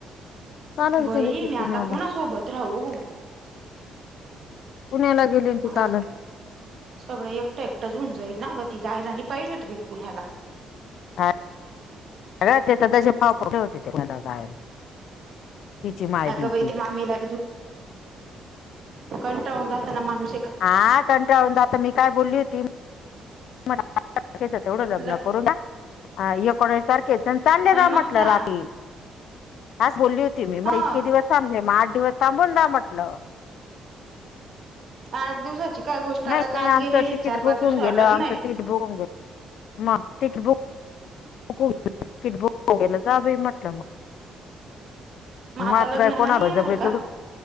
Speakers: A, on the left; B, on the right.
A: कालच
B: बई
A: गेले ते
B: मी
A: पुण्याला
B: आता कोणा सोबत राहू?
A: पुण्याला गेले न ती
B: मला
A: कालच
B: स सगळं एकटं एकटं जुंन- जाईल ना ग ती, जायला नाही पायजे होती बाई पुण्याला.
A: हा <unintelligible> ते तर तसे फा <inaudible> ठेवते पुण्याला जायला, तिची माय
B: अगं
A: भीती-
B: बाई ते मामीला कंटाळुन जात ना माणुस-
A: आ. कंटाळुन जातं मी काय बोलली होती? मला <unintelligible> तीच तेवढं लग्न
B: ल
A: करुन टाक आ एकोणाईस तारखे प चालले
B: अन
A: दा
B: मग
A: म्हटलं
B: जा
A: रात्री, आस बोलली होती मी. मग
B: हा
A: इतके दिवस थांबले मग आठ दिवस थांबून जा म्हटलं.
B: आठ दिवसाची- काय गोष्ट
A: नाही
B: आता काल
A: नाही आमचं
B: गेलेले
A: तिकीट
B: चार
A: बुक
B: पाच दिवसावर
A: होऊन गेलंय.
B: लग्न
A: आमचं
B: आहे
A: तिकीट बुक होऊन गेलं, मग तिकीट बुक- हो ति <unintelligible> कडं ला जा बाई म्हटलं मग.
B: मग आता
A: मात्र
B: लग्नाला
A: कोणाला
B: नाही येणार
A: भाो
B: का